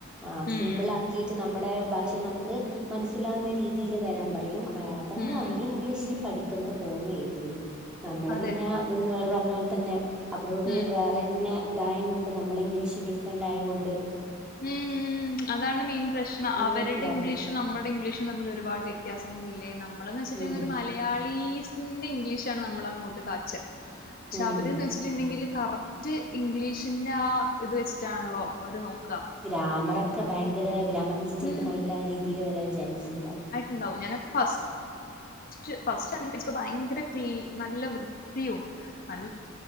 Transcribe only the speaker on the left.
ഉം
ഉം
ഉം
അതെ
ഉം
ഉം അതാണ് മെെൻ പ്രശ്നം
അവര്ടെ
ഇംഗ്ലീഷും നമ്മടെ ഇംഗ്ലീഷും രണ്ടും തമ്മില് ഒരുപാട് വ്യത്യാസങ്ങളില്ലേ നമ്മളെന്ന് വെച്ച്ട്ട്ണ്ടെങ്കി
ഒരു മാറ്റ് മലയാളീസിന്റെ ഇംഗ്ലീഷാണ് നമ്മള് അങ്ങോട്ട് കാച്ച് ആ പക്ഷെ
അവര്ന്ന് വെച്ച് റ്റ് ഇണ്ടെങ്കില് കറക്റ്റ് ഇംഗ്ലീഷിന്റെ ആ ഇത് വെച്ച്ട്ടാൺളോ അവര് നോക്കാ
ഉം
ഇണ്ടാവും ഞനൊക്ക് ഫസ് റ്റ് ഫസ്റ്റ് ആണെങ്കില് ഇക്ക് ഭയങ്കര ക്ലീ നല്ല വൃത്തിയും നൽ